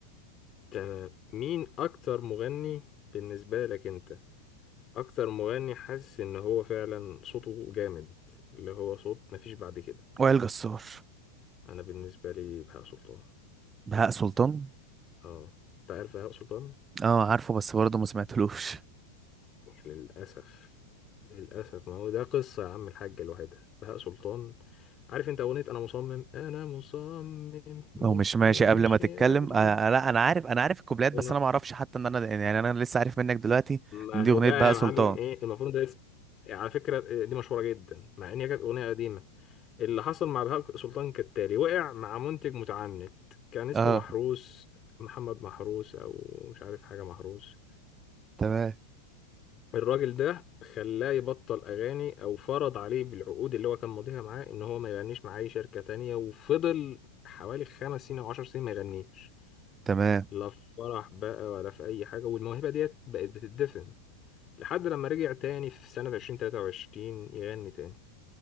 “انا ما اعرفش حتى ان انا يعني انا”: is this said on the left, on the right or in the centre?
Right